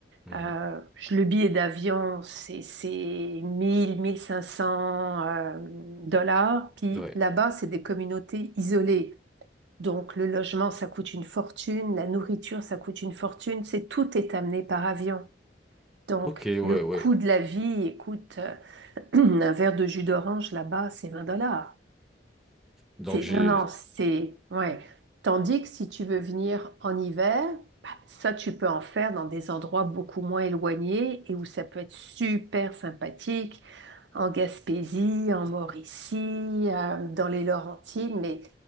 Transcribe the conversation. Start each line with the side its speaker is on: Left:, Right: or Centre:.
Centre: mhm.
Right: Euh, le billet d'avion, c'est, c'est 1000, 1500 euh, dollars. Puis
Centre: Ouais.
Right: là-bas, c'est des communautés isolées. Donc le logement, ça coûte une fortune, la nourriture, ça coûte une fortune. C'est tout est amené par avion. Donc
Centre: Ok, ouais,
Right: le coût
Centre: ouais.
Right: de la vie, écoute, euh, <clears throat> un verre de jus d'orange là-bas, c'est 20 dollars.
Centre: Donc
Right: C'est,
Centre: j'ai
Right: non, non, c'est, ouais. Tandis que si tu veux venir en hiver, bah, ça, tu peux en faire dans des endroits beaucoup moins éloignés et où ça peut être super sympathique, en Gaspésie, en Mauricie, euh, dans les Laurentides, mais